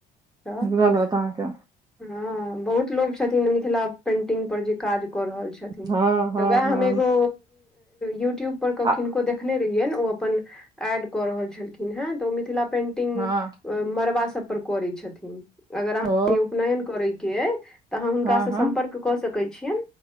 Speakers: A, in the centre; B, on the right.
A: तऽ
B: नलत अहाँके
A: हँ बहुत लोकोग छथिन जे मिथिला पेंटिंग पर जे काज कऽ रहल छै
B: हँ हँ
A: तऽ वएह
B: हँ
A: एगो यूट्यूब पर
B: आ
A: किनको देख अपन एड कऽ रहल छलखिन ह तऽ मिथिला पेन्टिंग
B: हँ
A: मरबा सब पर करै छथिन मगर
B: ओ
A: उपनयन करे के तऽ अहाँ हुनका
B: हँ
A: से
B: हँ
A: सम्पर्क कऽ सकैत छियै